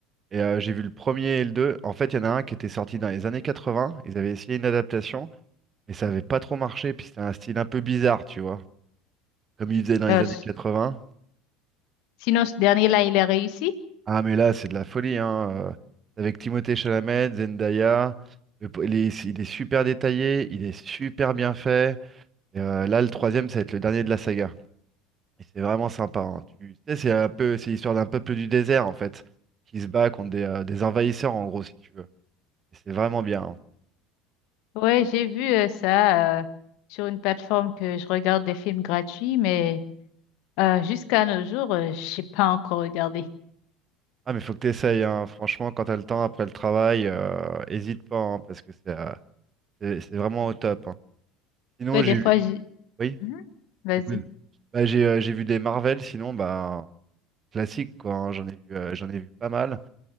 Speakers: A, on the right (about 30°); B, on the left (about 55°).
A: Et euh, j'ai vu le premier et le deux. En fait, il y en a un qui était sorti dans les années quatre-vingts Ils avaient essayé une adaptation. Mais ça avait pas trop marché, puis c'était un style un peu bizarre, tu vois, comme il faisait dans
B: Ben,
A: les années
B: s-
A: 80.
B: sinon, ce dernier là, il a réussi.
A: Ah, mais là, c'est de la folie, hein. euh, Avec Timothée Chalamet, Zendaya, le po- il est, il est super détaillé, il est super bien fait. Et, euh, là, le troisième, ça va être le dernier de la saga. Et c'est vraiment sympa. hein. Tu sais, c'est un peu, c'est l'histoire d'un peuple du désert, en fait, qui se bat contre des, euh, des envahisseurs, en gros, si tu veux. Et c'est vraiment bien. hein.
B: Ouais, j'ai vu euh, ça euh, sur une plateforme que je regarde des films gratuits, mais euh, jusqu'à nos jours, euh, j'ai pas encore regardé.
A: Ah, mais faut que tu essayes, Franchement, quand t'as le temps après le travail, euh, hésite pas, hein, parce que c'est euh, c'est c'est vraiment au top. hein. Sinon,
B: Ouais,
A: j'ai
B: des fois,
A: vu.
B: j'ai...
A: Oui,
B: Mhm. Vas-y.
A: j'écoute. Bah, j'ai euh, j'ai vu des Marvel, sinon, bah, classique, quoi. hein, J'en ai vu, euh, j'en ai vu pas mal.